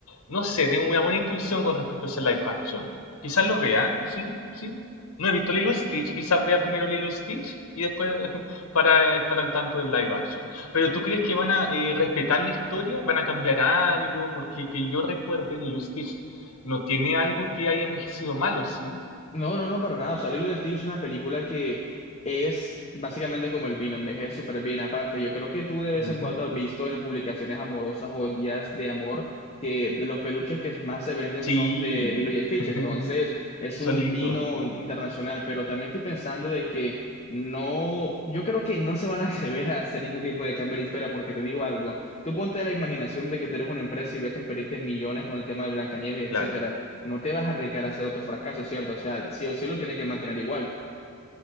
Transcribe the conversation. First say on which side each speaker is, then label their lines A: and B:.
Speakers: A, on the left; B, on the left.
A: no sé, tengo una buena intuición con respecto a ese live action. Quizás lo vea, sí, sí. No he visto Lilo y Stitch, quizás vea primero Lilo y Stitch y después <laughs> para estar al tanto del live action. Pero ¿tú crees que van a eh, respetar la historia? ¿Van a cambiar algo? Porque que yo recuerde, Lilo y Stitch no tiene algo que haya envejecido malo, ¿sí?
B: No, no, no, para nada. O sea, Lilo y Stitch es una película que es básicamente como el vino, envejece súper bien. Aparte, yo creo que tú de vez
A: Ujú.
B: en cuando has visto en publicaciones amorosas o días de amor que de los peluches que más se venden
A: Sí,
B: son de Lilo y Stitch.
A: <laughs>
B: Entonces, es
A: son
B: un
A: lindos.
B: vino internacional, pero también estoy pensando de que no, yo creo que no se van a atrever a hacer ningún tipo de cambio en la historia porque te digo algo. Tú ponte la imaginación de que tú eres una empresa y ves que perdiste millones con el tema de Blancanieves,
A: Claro.
B: etcétera. No te vas a arriesgar a hacer otro fracaso, ¿cierto? O sea, sí o sí lo tiene que mantener igual.